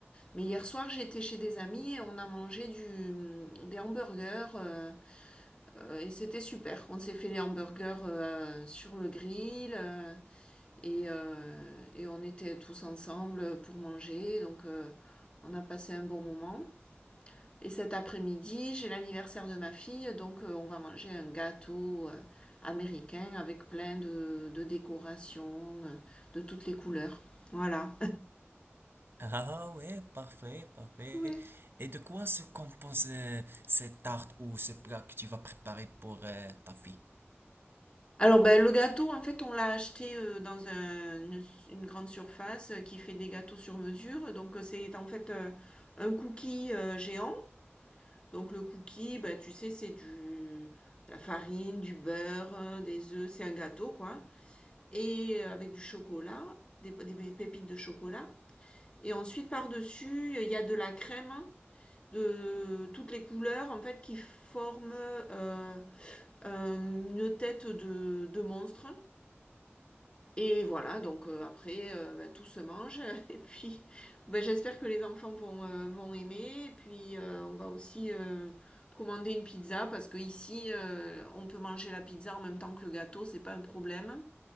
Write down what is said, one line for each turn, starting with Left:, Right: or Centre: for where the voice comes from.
Left: Mais hier soir, j'étais chez des amis et on a mangé du, des hamburgers euh, euh, et c'était super. On s'est fait les hamburgers euh, sur le grill euh, et, euh, et on était tous ensemble pour manger. Donc euh, on a passé un bon moment. Et cet après-midi, j'ai l'anniversaire de ma fille, donc euh, on va manger un gâteau euh, américain avec plein de, de décorations euh, de toutes les couleurs. Voilà.
Right: Ah ouais, parfait, parfait.
Left: Ouais.
Right: Et de quoi se compose euh, cette tarte ou ce plat que tu vas préparer pour euh, ta fille?
Left: Alors, ben, le gâteau, en fait, on l'a acheté euh, dans un- une, une grande surface euh, qui fait des gâteaux sur mesure. Donc, euh, c'est en fait euh, un cookie euh, géant. Donc, le cookie, ben, tu sais, c'est du, de la farine, du beurre, euh, des œufs. C'est un gâteau, quoi. Et euh, avec du chocolat, des, des pépites de chocolat. Et ensuite, par-dessus, il y a de la crème hein, de toutes les couleurs, en fait, qui forment euh, euh, une tête de, de monstre. Et voilà, donc euh, après, euh, bah, tout se mange. <laughs> Et puis, bah, j'espère que les enfants vont, euh, vont aimer. Et puis, euh, on va aussi euh, commander une pizza parce que ici, euh, on peut manger la pizza en même temps que le gâteau, c'est pas un problème.